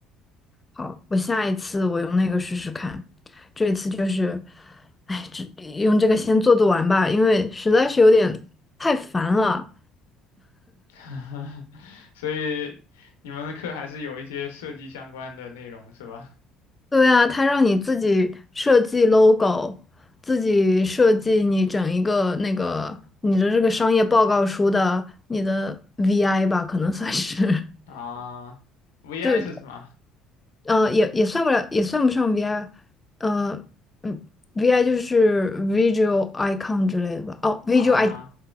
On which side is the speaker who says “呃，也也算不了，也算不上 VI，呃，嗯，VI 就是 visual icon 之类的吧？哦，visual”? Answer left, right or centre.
Left